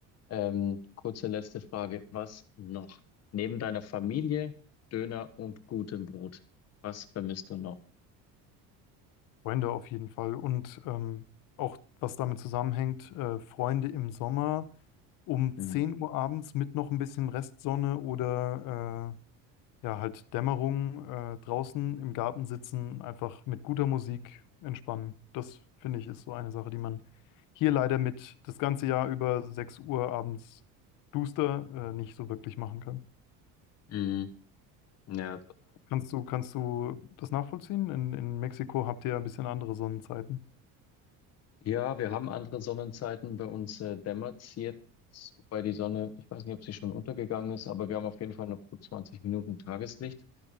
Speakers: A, on the left; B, on the left.
A: Ähm, kurze letzte Frage. Was noch? Neben deiner Familie, Döner und gutem Brot, was vermisst du noch?
B: Freunde auf jeden Fall. Und ähm, auch was damit zusammenhängt, äh, Freunde im Sommer um
A: Mhm.
B: 10 Uhr abends mit noch ein bisschen Restsonne oder äh, Ja, halt Dämmerung, äh, draußen im Garten sitzen, einfach mit guter Musik entspannen. Das finde ich ist so eine Sache, die man hier leider mit das ganze Jahr über 6 Uhr abends duster, äh, nicht so wirklich machen kann.
A: Mhm. Ja, total.
B: Kannst du, kannst du das nachvollziehen? In, in Mexiko habt ihr ja ein bisschen andere Sonnenzeiten.
A: Ja, wir haben andere Sonnenzeiten. Bei uns äh, dämmert es jetzt, wobei die Sonne, ich weiß nicht, ob sie schon untergegangen ist, aber wir haben auf jeden Fall noch gut 20 Minuten Tageslicht.